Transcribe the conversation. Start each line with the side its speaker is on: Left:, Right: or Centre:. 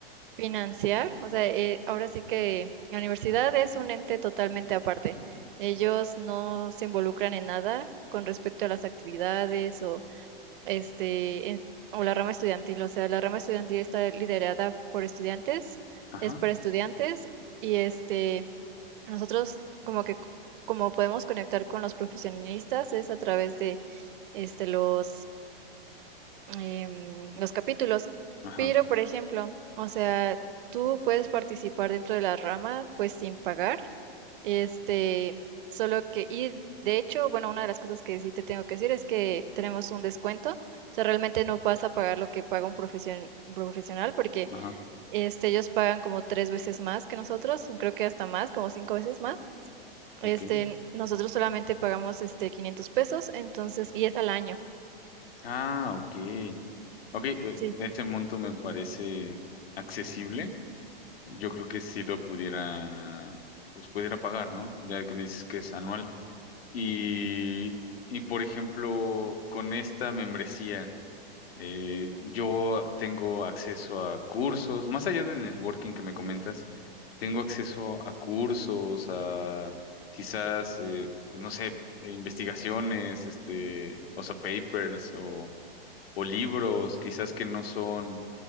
Right: Financiar, o sea, eh, ahora sí que la universidad es un ente totalmente aparte. Ellos no se involucran en nada con respecto a las actividades o este en- o la rama estudiantil. O sea, la rama estudiantil está liderada por estudiantes,
Left: Ajá,
Right: es para estudiantes y este nosotros como que c- como podemos conectar con los profesionistas es a través de este los em, los capítulos.
Left: ajá,
Right: Pero, por ejemplo, o sea, tú puedes participar dentro de la rama, pues sin pagar. Este, solo que, y de hecho, bueno, una de las cosas que sí te tengo que decir es que tenemos un descuento. O sea, realmente no vas a pagar lo que paga un profesion- profesional, porque
Left: ajá,
Right: este, ellos pagan como tres veces más que nosotros, creo que hasta más, como cinco veces más. Este,
Left: ok.
Right: nosotros solamente pagamos este 500 pesos, entonces, y es al año.
Left: Ah, ok. Ok, eh,
Right: Sí,
Left: ese
Right: sí.
Left: monto me parece accesible. Yo creo que sí lo pudiera, pues pudiera pagar, ¿no? Ya que me dices que es anual. Y, y, por ejemplo, con esta membresía, eh, yo tengo acceso a cursos, más allá del networking que me comentas, tengo acceso a cursos, a quizás, eh, no sé, eh, investigaciones, este, o sea, papers o, o libros, quizás que no son,